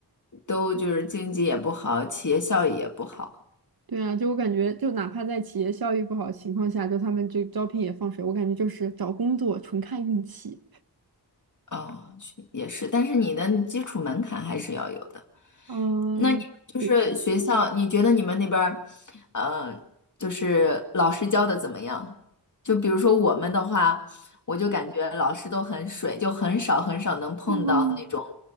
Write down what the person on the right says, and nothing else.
对啊，就我感觉，就哪怕在企业效益不好的情况下，就他们这招聘也放水，我感觉就是找工作纯看运气。
嗯，
对。
嗯